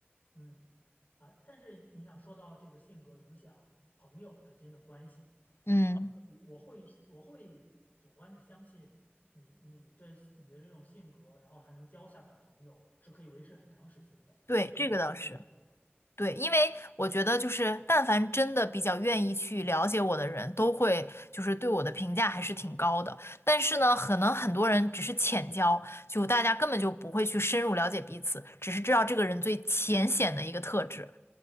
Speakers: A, on the left (about 50°); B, on the left (about 80°).
A: 嗯。啊，但是你想说到这个性格影响朋友之间的关系，
B: 嗯，
A: 啊，我我会我会主观的相信你你这你的这种性格，然后还能交下的朋友是可以维持很长时间的，
B: 对，
A: 是非常真心的朋友。
B: 这个倒是。对，因为我觉得就是，但凡真的比较愿意去了解我的人，都会就是对我的评价还是挺高的。但是呢，可能很多人只是浅交，就大家根本就不会去深入了解彼此，只是知道这个人最浅显的一个特质。